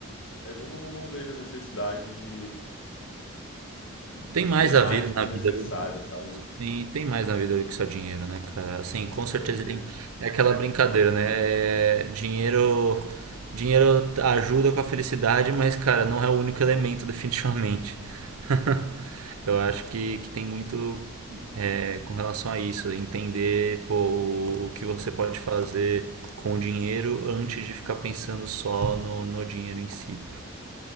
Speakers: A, on the left; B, on the right.
A: Mas eu não, não vejo a necessidade de, de
B: Tem mais
A: ter mais
B: a vida
A: que
B: na
A: o necessário,
B: vida do,
A: sabe?
B: E tem mais na vida do que só dinheiro, né, cara?
A: Sim,
B: Assim, com
A: com
B: certeza
A: certeza.
B: ele é aquela brincadeira, né? É, Dinheiro, dinheiro ajuda com a felicidade, mas, cara, não é o único elemento, definitivamente. <laughs> Eu acho que, que tem muito é, com relação a isso, entender, pô, o, o que você pode fazer com o dinheiro antes de ficar pensando só no, no dinheiro em si.